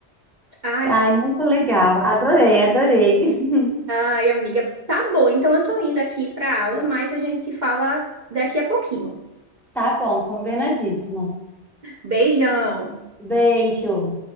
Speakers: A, on the right (about 45°); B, in the centre.
A: Ai,
B: Ai, muito legal. Adorei, adorei. <laughs>
A: Ai, amiga, tá bom. Então eu tô indo aqui pra aula, mas a gente se fala daqui a pouquinho.
B: Tá bom, combinadíssimo.
A: Beijão.
B: Beijo.